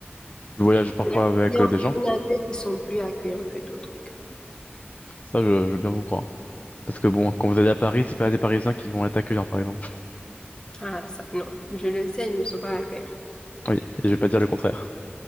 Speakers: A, on the left (about 35°); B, on the left (about 20°).
A: Tu voyages parfois
B: Il y a-
A: avec
B: il y en
A: euh, des gens,
B: il y en a des qui sont plus accueillants que d'autres. oui.
A: ça, je, je veux bien vous croire. Parce que bon, quand vous allez à Paris, c'est pas des Parisiens qui vont être accueillants, par exemple.
B: Ah, ça, non. Je le sais, ils ne sont pas accueillants.
A: Oui, et je vais pas dire le contraire.